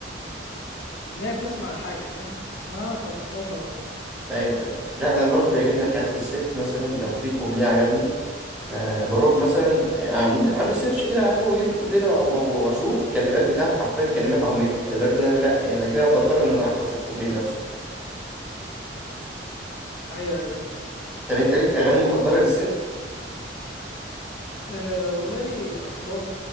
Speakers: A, on the left (about 75°); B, in the centre.
A: ان هي تسمع الحاجه فاهم يعني تسمعها فتحفظها اكتر
B: أيوه أيوه لا أنا برضو بيعجبني حياة الست مثلا لو في كوبليه عجبني أه بروح مثلا اعمل عامل سيرش كده عادي واجيب الكوبليه ده وأ- وأ- واشوف الكلمات بتاعته حرفيا كلمات عميقه لدرجه ان انا لا يعني انا كده بضطر ان انا احفظ الكوبليه نفسه
A: ايوه ايوه
B: طب انت ليك اغاني مفضله للست
A: أه والله اطلال